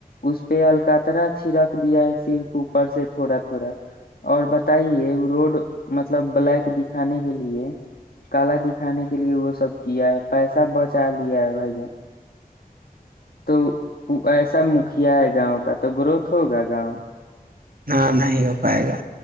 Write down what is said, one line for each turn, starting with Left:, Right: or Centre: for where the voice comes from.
Left: اس پہ الکاترا چھڑک دیا ہے صرف اوپر سے تھوڑا تھوڑا اور بتائیے روڈ مطلب بلیک دکھانے کے لیے کالا دکھانے کے لیے وہ سب کیا ہے پیسہ بچا لیا ہے بھائی جان تو ایسا دکھیا ہے گاؤں کا تو گروتھ ہوگا گاؤں
Right: ہاں نہیں ہو پائے گا